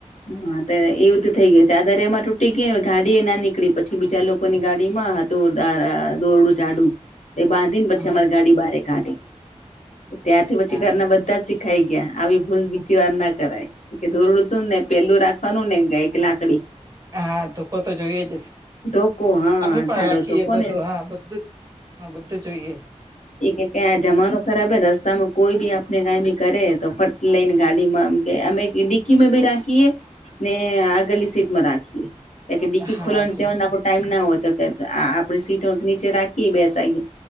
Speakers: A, on the left (about 75°); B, on the right (about 30°).
A: હા ત એવું ત થઇ ગયું છે આ ચાદર એમાં તૂટી ગયી ને ગાડી એ ના નીકળી પછી બીજા લોકો ની ગાડી માં હતા દ અર દોરડું જાડું તે બાઘીન પછી
B: હા
A: અમારી ગાડી બાર કાઢી ત્યાંથી પછી
B: હા
A: ઘરના બધા જ શીખાઈ ગયા આવી ભૂલ બીજી વાર ના કરાય કે દોરડું તું ને પેલું રાખવાનું ને ગ એક લાકડી
B: હા ધોકો તો જોઈએ જ
A: ધોકો હા
B: અમે પણ
A: જાડો
B: રાખીએ
A: ધોકો
B: બધું
A: ને
B: હા બધું જ હા બધું જોઈએ
A: એ કે કે આ જમાનો ખરાબ હે રસ્તામાં કોઈ બી આપને કઈ બી કરે તો ફટ લઈ ને ગાડીમાં કે અમે ડિકી માં ભી રાખીએ ને આગળલી સીટમાં રાખીએ કે ડીકી
B: હા
A: ખોલવા
B: જ
A: જવા આપો ટાઈમ ના હોતો આપડે સીટ નીચે રાખી બે સાઈડ